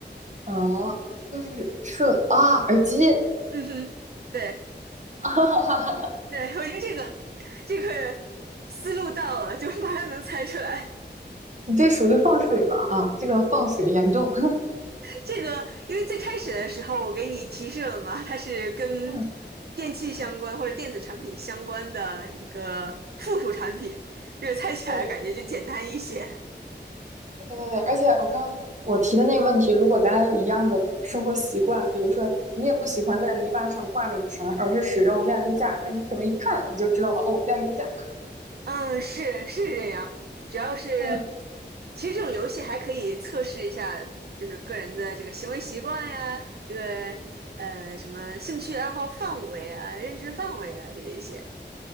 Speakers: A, on the right; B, on the right.
A: 哦，这是是啊，耳机。
B: 嗯哼，对。
A: <laughs>
B: <laughs> 对，我觉得这个这个思路到了，就马上能猜出来。
A: 你这属于放水了啊，这个放水严重。
B: 这个因为最开始的时候我给你提示了嘛，它是跟
A: <laughs> 嗯，
B: 电器相关或者电子产品相关的一个附属产品，这个猜起来感觉就简单一些。
A: 对，对对对，而且我刚刚我提的那个问题，如果咱俩有一样的生活习惯，比如说你也不喜欢在篱笆上挂那个绳儿，而是使用晾衣架，那你可能一看你就知道了，哦，晾衣架。
B: 嗯，是是这样，主要是
A: 嗯
B: 其实这种游戏还可以测试一下，就是个人的这个行为习惯呀，这个呃什么兴趣爱好范围啊、认知范围啊这一些。